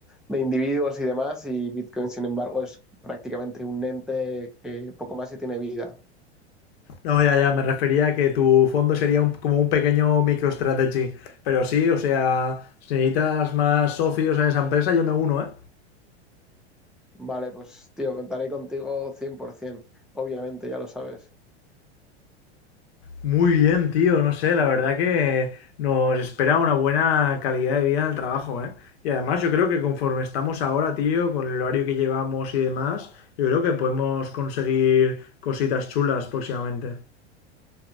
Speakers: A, in the centre; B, on the left.
A: de individuos y demás, y Bitcoin, sin embargo, es prácticamente un ente que poco más y tiene vida.
B: No, ya, ya, me refería a que tu fondo sería un- como un pequeño MicroStrategy. Pero sí, o sea, si necesitas más socios en esa empresa, yo me uno, ¿eh?
A: Vale, pues tío, contaré contigo 100%, obviamente, ya lo sabes.
B: Muy bien, tío, no sé, la verdad que nos espera una buena calidad de vida en el trabajo, ¿eh? Y además yo creo que conforme estamos ahora, tío, con el horario que llevamos y demás, yo creo que podemos conseguir cositas chulas próximamente.